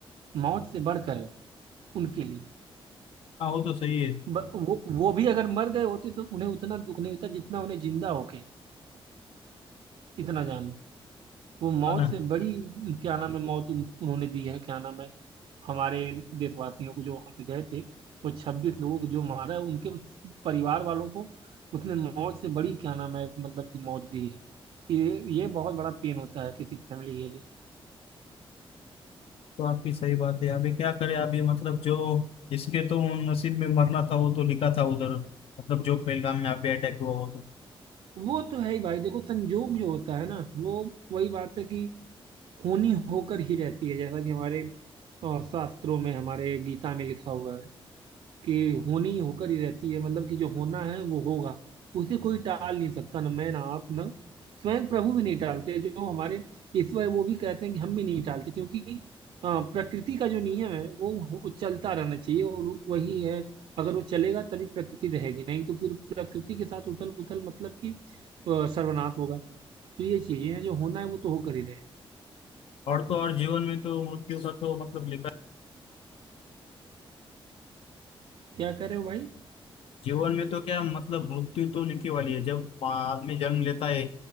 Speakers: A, on the right; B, on the left.
A: मौत से बढ़कर है उनके लिए
B: हाँ वो तो सही है
A: ब, वो वो भी अगर मर गए होते तो उन्हें उतना दुख नहीं होता जितना उन्हें जिंदा होके है। इतना जान लो वो मौत
B: हाँ ना
A: से बड़ी क्या नाम है मौत उन, उन्होंने दी है क्या नाम है हमारे देशवासियों को जो वहां पे गए थे वो छब्बीस लोगों को जो मारा है उनके परिवार वालों को उसने मौत से बड़ी क्या नाम है मतलब कि मौत दी है ये ये बहुत बड़ा पेन होता है किसी फैमिली के लिए
B: तो आपकी सही बात है अभी क्या करें अभी मतलब जो जिसके तो नसीब में मरना था वो तो लिखा था उधर मतलब जो पहलगाम में अभी अटैक हुआ हो तो
A: वो तो है ही भाई देखो संजोग जो होता है ना वो वही बात है कि होनी होकर ही रहती है जैसा कि हमारे अ, शास्त्रों में हमारे गीता में लिखा हुआ है कि होनी ही होकर ही रहती है मतलब कि जो होना है वो होगा उसे कोई टाल नहीं सकता ना मैं ना आप ना स्वयं प्रभु भी नहीं टालते जो हमारे ईश्वर है, वो भी कहते हैं कि हम भी नहीं टालते क्योंकि अ, प्रकृति का जो नियम है वो हो- चलता रहना चाहिए और वही है अगर वो चलेगा तभी प्रकृति रहेगी नहीं तो फिर प्रकृति के साथ उथल पुथल मतलब कि अ, सर्वनाश होगा तो ये चीजें हैं जो होना है वो तो होकर ही रहेगा
B: और तो और जीवन में तो मृत्यु का तो मतलब लिखा
A: क्या कह रहे हो भाई
B: जीवन में तो क्या मतलब मृत्यु तो लिखी वाली है जब आदमी जन्म लेता है